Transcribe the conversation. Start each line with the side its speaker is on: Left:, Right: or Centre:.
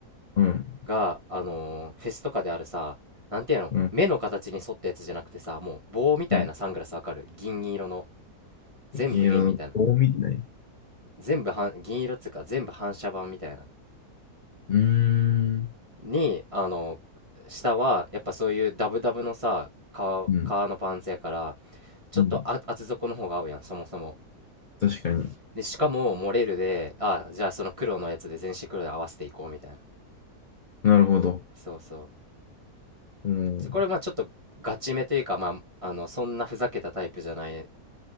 Left: うん。
Right: が、あのーフェスとかであるさ、なんていうの、
Left: うん。
Right: 目の形に沿ったやつじゃなくてさ、もう棒みたいなサングラスわかる銀色の。
Left: うん
Right: 全部銀みたいな。
Left: 銀色の棒みたい。
Right: 全部反銀色っつうか、全部反射板みたいな。
Left: うーん。
Right: に、あの下は、やっぱそういうダブダブのさ、革、
Left: うん。
Right: 革のパンツやから、ちょっとあ厚底の方が合うやん、
Left: うん。
Right: そもそも。
Left: 確かに。
Right: で、しかも、モレルで、ああ、じゃあその黒のやつで全身黒で合わせていこうみたいな。
Left: なるほど。
Right: そうそ
Left: うん。
Right: う。これ、まあちょっとガチめというか、まあ、あの、そんなふざけたタイプじゃない